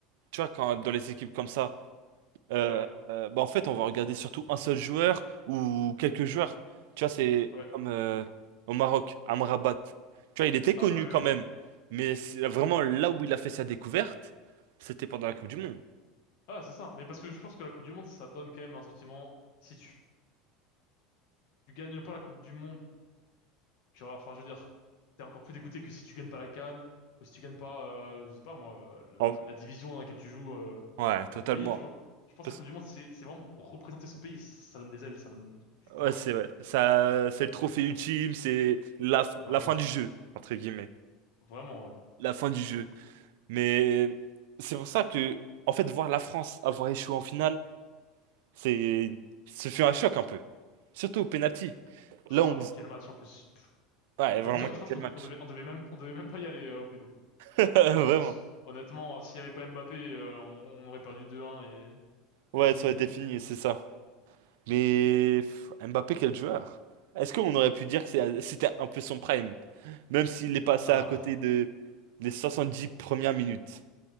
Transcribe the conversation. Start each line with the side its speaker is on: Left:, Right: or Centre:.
Right: tu vois, quand, dans les équipes comme ça, euh,
Left: Ouais.
Right: euh, bah, en fait, on va regarder surtout un seul joueur ou quelques joueurs. Tu vois, c'est
Left: Ouais. ouais.
Right: comme euh, au Maroc, Amrabat. Tu vois, il était connu
Left: Ah bah oui, oui.
Right: quand même,
Left: oui.
Right: mais c'est vraiment là où il a fait sa découverte, c'était pendant la Coupe du Monde.
Left: Ah c'est ça. Mais parce que je pense que la Coupe du Monde, ça donne quand même un sentiment. Si tu, tu gagnes pas la Coupe du Monde Tu vois, enfin, je veux dire, t'es encore plus dégoûté que si tu gagnes pas la CAN, ou si tu gagnes pas, euh, je sais pas moi, euh, le-
Right: En-
Left: la division dans laquelle tu joues euh,
Right: Ouais,
Left: dans
Right: totalement.
Left: ton pays, tu vois. Je pense
Right: Parce-
Left: que la Coupe du Monde, c'est c'est vraiment pour représenter son pays. Ça donne des ailes, ça donne du courage.
Right: ouais, c'est vrai. Ça, c'est le trophée ultime, c'est la, fin-
Left: Bah
Right: la fin
Left: ouais,
Right: du jeu, entre guillemets.
Left: vraiment, ouais.
Right: La fin du jeu. Mais c'est pour ça que, en fait, voir la France avoir échoué en finale, c'est, ce fut un choc un peu. Surtout au penalty.
Left: Ah,
Right: Là, on...
Left: mais quel match en plus. Pff.
Right: Ouais,
Left: Mais
Right: vraiment,
Left: déjà, je pense
Right: quel
Left: qu'on devait,
Right: match.
Left: on devait, on devait même, on devait même pas y aller euh, au péno,
Right: <laughs>
Left: je pense.
Right: Vraiment.
Left: Honnêtement, hein, s'il y avait pas Mbappé, euh, on, on aurait perdu 2-1 et,
Right: Ouais,
Left: et c'est fini,
Right: ça aurait
Left: hein.
Right: été fini, c'est ça. Mais pff, Mbappé, quel joueur. Est-ce qu'on aurait pu dire que c'est- c'était un peu son prime, même s'il est passé
Left: Alors.
Right: à côté de les 70 premières minutes?